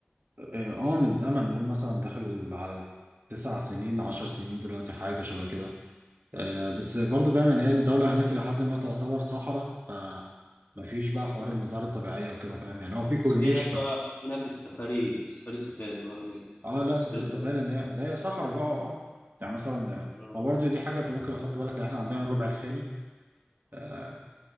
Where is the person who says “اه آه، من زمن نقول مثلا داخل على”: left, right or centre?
Right